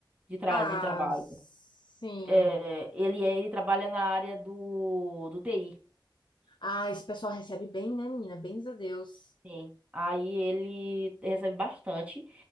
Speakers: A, on the right; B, on the left.
A: de, tra
B: Ah,
A: de trabalho.
B: sim.
A: É, ele, é, ele trabalha na área do, do TI.
B: Ah, esse pessoal recebe bem, né, menina? Bens a Deus.
A: Sim. Aí ele recebe bastante.